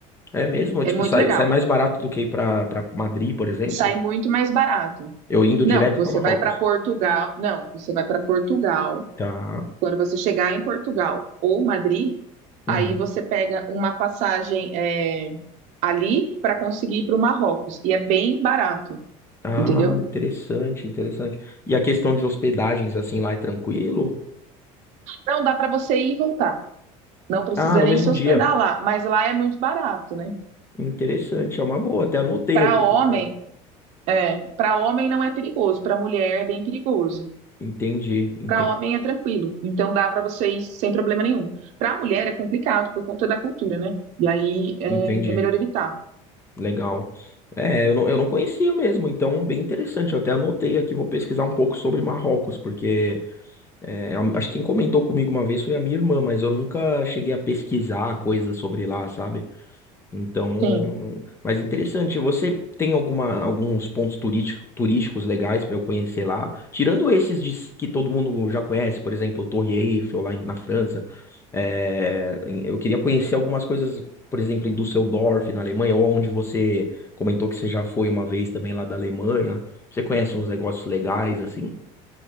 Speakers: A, on the left; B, on the right.
A: É mesmo? Tipo,
B: É muito
A: sai,
B: legal.
A: sai mais barato do que ir pra, pra Madrid, por exemplo?
B: Sai muito mais barato.
A: Eu indo
B: Não,
A: direto
B: você
A: pra Marrocos.
B: vai para Portugal. Não, você vai para Portugal.
A: Tá.
B: Quando você chegar em Portugal ou Madrid, aí
A: Uhum.
B: você pega uma passagem é, ali para conseguir ir para o Marrocos. E é bem barato,
A: Ah,
B: entendeu?
A: interessante, interessante. E a questão de hospedagens, assim, lá é tranquilo?
B: Não dá para você ir e voltar. Não precisa
A: Ah, no
B: nem
A: mesmo
B: se hospedar
A: dia.
B: lá, mas lá é muito barato, né?
A: Interessante, é uma boa. Até anotei
B: Para
A: aqui,
B: homem,
A: porque.
B: é, para homem não é perigoso, para mulher é bem perigoso.
A: Entendi, entendi,
B: Para homem é tranquilo, então dá para vocês sem problema nenhum. Para mulher é complicado por conta da cultura, né? E aí é,
A: entendi.
B: é melhor evitar.
A: Legal. É, eu não, eu não conhecia mesmo, então, bem interessante. Eu até anotei aqui, vou pesquisar um pouco sobre Marrocos, porque. É, a- acho que quem comentou comigo uma vez foi a minha irmã, mas eu nunca cheguei a pesquisar coisa sobre lá, sabe? Então,
B: Sim.
A: mas interessante. Você tem alguma, alguns pontos turístico- turísticos legais para eu conhecer lá? Tirando esses de s- que todo mundo já conhece, por exemplo, Torre Eiffel lá em- na França. é, em- eu queria conhecer algumas coisas, por exemplo, em Düsseldorf, na Alemanha, ou onde você comentou que você já foi uma vez também lá da Alemanha. Você conhece uns negócios legais assim?